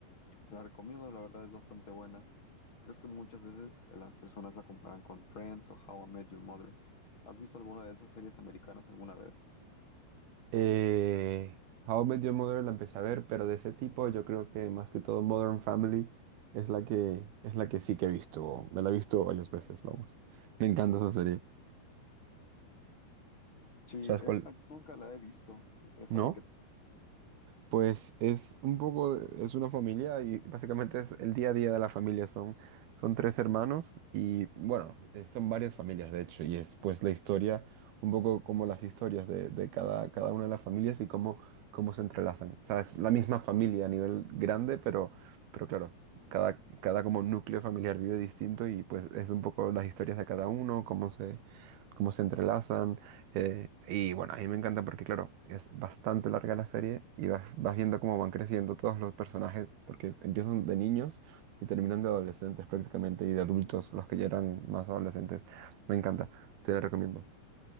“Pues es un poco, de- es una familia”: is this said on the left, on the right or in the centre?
Right